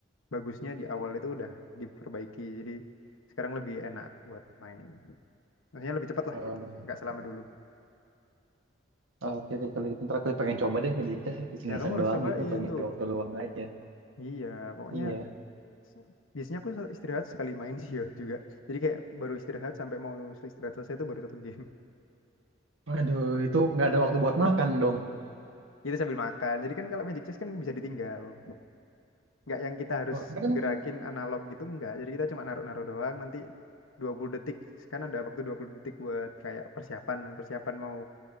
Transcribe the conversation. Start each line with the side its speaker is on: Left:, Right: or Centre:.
Left: bagusnya di awal itu udah diperbaiki jadi sekarang lebih enak buat main. Maksudnya lebih cepat lah
Right: Oh,
Left: gitu nggak selama
Right: gitu.
Left: dulu.
Right: Oke deh kalau gitu ntar aku pengen coba deh Magic Chess iseng-iseng
Left: Ya kamu harus
Right: doang
Left: cobain
Right: gitu pengen ngisi
Left: tuh.
Right: waktu luang aja.
Left: Iya pokoknya
Right: Iya.
Left: se- biasanya aku istirahat sekali main <laughs> sih ya juga. Jadi kayak baru istirahat sampai mau istirahat selesai itu baru satu game.
Right: Aduh itu nggak ada waktu buat makan dong.
Left: Itu sambil makan. Jadi kan kalau magic chess kan bisa ditinggal. Nggak yang kita harus
Right: Oh tapi kan
Left: gerakin analog gitu, nggak. Jadi kita cuma naruh-naruh doang, nanti 20 detik. Kan ada waktu 20 detik buat kayak persiapan, persiapan mau